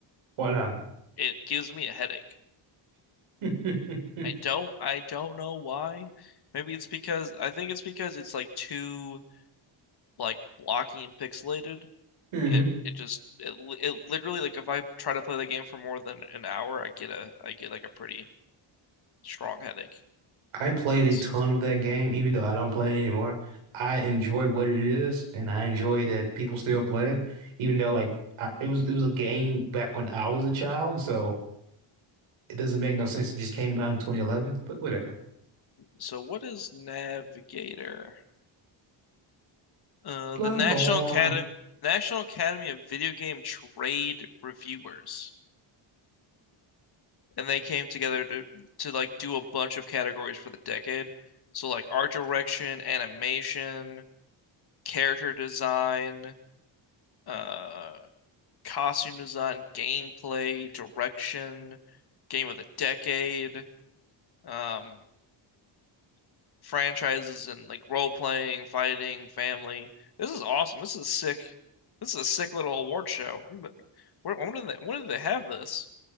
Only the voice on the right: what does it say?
why not?
<laughs>
hmm
I played
a ton of that game, even though I don't play it anymore. I enjoy what it is, and I enjoy that people still play it, even though like I, it was it was a game back when I was a child. So. It doesn't make no sense. It just came out in 2011, but whatever.
Bloodborne.